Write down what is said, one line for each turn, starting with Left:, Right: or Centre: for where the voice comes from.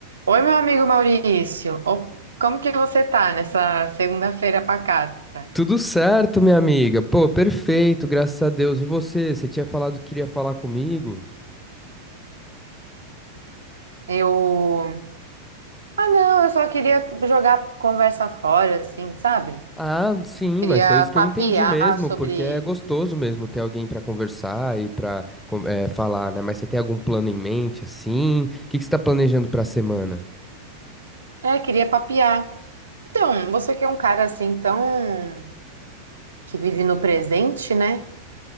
Right: Oi, meu amigo Maurício. Ô, Como que você tá nessa segunda-feira pacata?
Centre: Tudo certo, minha amiga. Pô, perfeito, graças a Deus. E você? Você tinha falado que queria falar comigo?
Right: Eu. Ah, não, eu só queria jogar conversa fora, assim, sabe?
Centre: Ah, sim,
Right: Queria
Centre: mas foi isso
Right: papear
Centre: que eu entendi mesmo,
Right: sobre.
Centre: porque é gostoso mesmo ter alguém pra conversar e pra com- eh, falar, né? Mas você tem algum plano em mente, assim? O que que você tá planejando pra semana?
Right: É, queria papear. Então, você que é um cara assim tão. que vive no presente, né?